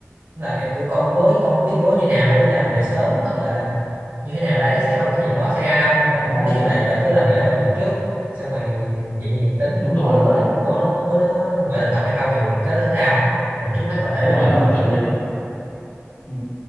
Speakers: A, on the right; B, on the left.
A: Nên là em kiểu con ở bố con biết bố như nào bố đi làm về sớm hoặc là như thế nào đấy sẽ không có chuyện đó xảy ra đâu hoặc là nói
B: ồ
A: chung nói chung là giờ cứ làm mẹ nó bình tĩnh trước xong rồi chuyện gì tính
B: đúng rồi
A: bố nó
B: đúng
A: có
B: rồi
A: là bố nó có bố nó có ngoại tình thật hay không thì cứ tính sau còn trước mắt là phải
B: đúng
A: là
B: rồi
A: mẹ nó
B: ông
A: bình
B: tại
A: tĩnh
B: vì
A: trước
B: ừ.